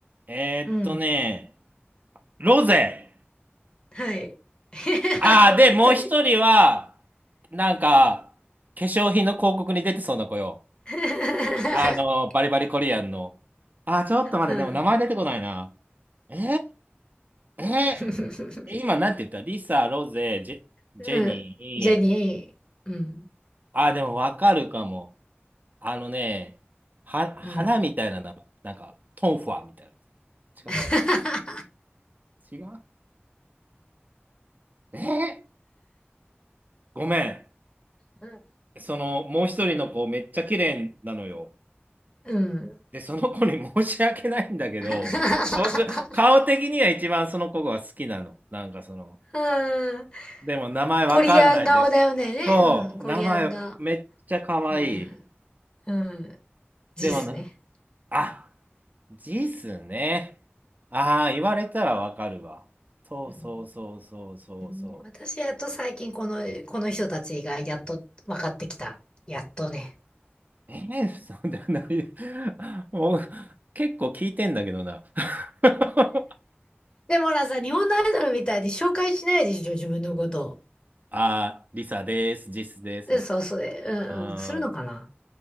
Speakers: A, on the right (about 40°); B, on the left (about 25°).
A: えーっとね、
B: うん。
A: ロゼ。
B: はい。<laughs>
A: ああ、
B: あともう一人。
A: で、もう一人は、なんか、化粧品の広告に出てそうな子よ。
B: <laughs>
A: あの、バリバリコリアンの。ああ、ちょっと待って、
B: うん。
A: でも名前出てこないな。えー、え
B: <laughs>
A: ー、今なんて言ったリサ、ロゼ、ジェ、ジェニー。
B: うん。ジェニー。うん。
A: ああ、でもわかるかも。あのね、は、
B: うん。
A: 花みたいな名前。なんか、トンファーみたいな。
B: <laughs>
A: 違った。違うえーごめん。
B: うん。
A: その、もう一人の子、めっちゃ綺麗なのよ。
B: うん。
A: で、その子に <laughs> 申し訳ないんだけど、
B: <laughs>
A: 僕、顔的には一番その子が好きなの。なんかその、
B: うん
A: でも名前わかんないです。
B: コリアン顔だよね。
A: そう、
B: ねうん。コリアン顔。
A: 名前めっちゃ可愛い。
B: うん。うん。ジスね。
A: でもな、あ、ジスね。ああ、言われたらわかるわ。そうそうそうそうそうそ
B: うん。うん私、やっと最近この、この人たちがやっと分かってきた。やっとね。
A: う。えー、そうだな。<laughs> もう、結構聞いてんだけどな。<laughs>
B: でもほらさ、日本のアイドルみたいに紹介しないでしょ、自分のことを。
A: あー、リサです、ジスです、
B: で、
A: みたい
B: そう、それ、うんうん、
A: な。
B: するのかな。
A: うーん。